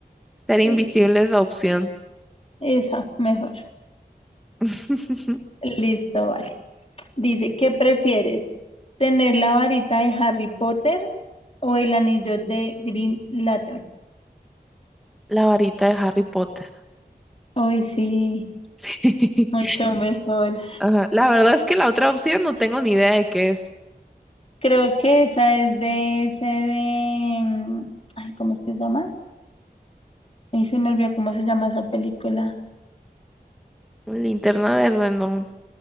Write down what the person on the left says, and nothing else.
eh,
esa, mejor.
Listo, vale. Dice, ¿qué prefieres? ¿Tener la varita de Harry Potter o el anillo de Green Lantern?
Hoy sí,
mucho mejor.
Creo que esa es de ese de... mm, Ay, ¿cómo es que se llama? Ahí se me olvidó cómo se llama esa película.